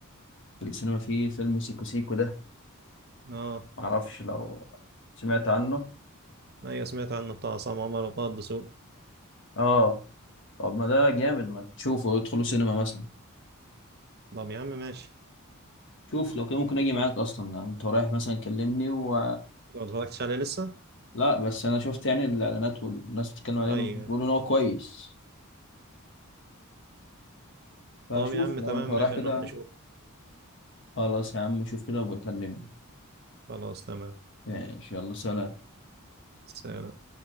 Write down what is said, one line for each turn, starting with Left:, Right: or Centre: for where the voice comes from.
Left: في السينما في فيلم سيكو سيكو ده
Right: آه
Left: معرفش لو سمعت عنه
Right: أيوة سمعت عنه بتاع عصام عمر وطه الدسوقي
Left: اه طب ما ده جامد ما تشوفه ادخلوا سينما مثلا
Right: طب يا عم ماشي
Left: شوف لو كان ممكن اجي معاك اصلا انت رايح مثلا كلمني و
Right: لو ما اتفرجتش عليه لسه؟
Left: لا بس انا شفت يعني الاعلانات والناس بتتكلم عليه
Right: أيوة
Left: وبيقولوا ان هو كويس فشوف
Right: طب يا عم
Left: لو
Right: تمام
Left: انت رايح
Right: ماشي
Left: كده
Right: نروح نشوف
Left: خلاص يا عم شوف كده وبكلمني
Right: خلاص تمام
Left: ماشي يلا سلام
Right: سلام